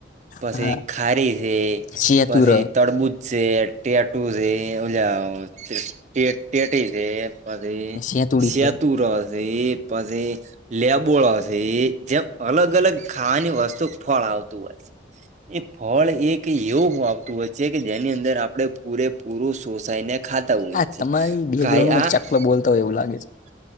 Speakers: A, on the right; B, on the left.
A: પછી
B: હા
A: ખારી છે
B: સેતુર
A: પછી તડબુજ છે ટેટૂ છે ટેટી છે. પછી
B: સેતુડી
A: સેતૂર
B: છે
A: સે પછી લેબોળો છે જેમ અલગ અલગ ખાવાની વસ્તુ ફળ આવતું હોય છે.
B: <inaudible>
A: એ ફળ એક એવું આવતું હોય છે કે જેની અંદર આપણે પૂરેપૂરું સોસાઈને <unintelligible>
B: હા તમારી બેકગ્રાઉન્ડમાં ચકલો બોલતા હોય એવું લાગે છે